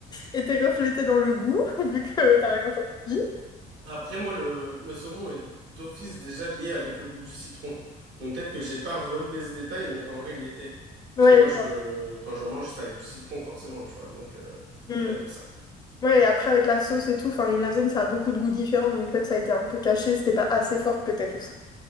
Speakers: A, on the left; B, on the right.
A: été reflété dans le goût, <laughs> vu que t'as rien senti.
B: Après, moi, le, le saumon est d'office déjà lié avec le goût du citron. Donc peut-être que j'ai pas relevé ce détail, mais qu'en vrai, il y était.
A: Ouais,
B: Parce que moi,
A: je
B: je,
A: vois.
B: quand j'en mange, c'est avec du citron, forcément, tu vois. Donc euh,
A: Mm.
B: c'est peut-être pour ça.
A: Ouais, et après, avec la sauce et tout, enfin, une lasagne, ça a beaucoup de goûts différents, donc peut-être ça a été un peu caché, c'était pas assez fort, peut-être aussi.